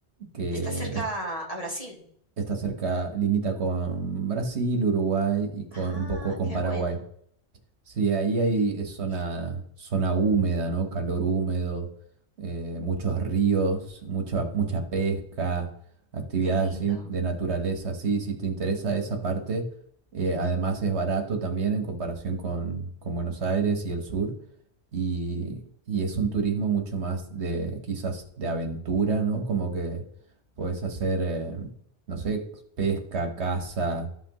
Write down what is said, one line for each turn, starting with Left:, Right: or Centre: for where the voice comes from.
Right: que
Left: Está cerca
Right: es-
Left: a Brasil.
Right: está cerca, limita con Brasil, Uruguay y con
Left: Ah,
Right: un poco con
Left: qué
Right: Paraguay.
Left: bueno.
Right: Sí, ahí hay es zona,
Left: Ya,
Right: zona húmeda, ¿no? Calor húmedo, eh, muchos ríos, mucha, mucha pesca, actividades
Left: qué lindo.
Right: así de naturaleza, sí, si te interesa esa parte, eh, además es barato también en comparación con, con Buenos Aires y el sur, y, y es un turismo mucho más de quizás de aventura, ¿no? Como que puedes hacer, eh, no sé, pesca, caza